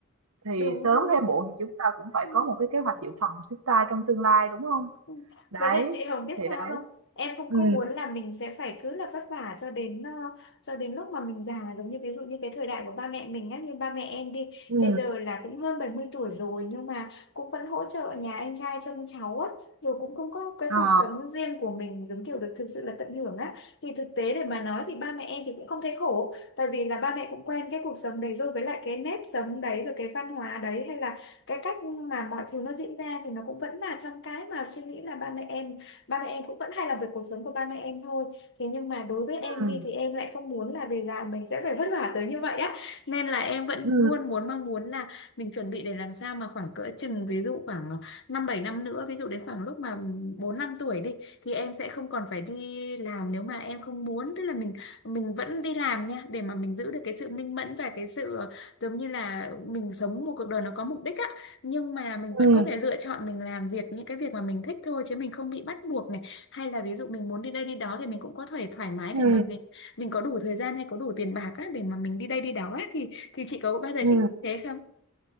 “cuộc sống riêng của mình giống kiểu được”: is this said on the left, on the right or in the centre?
Left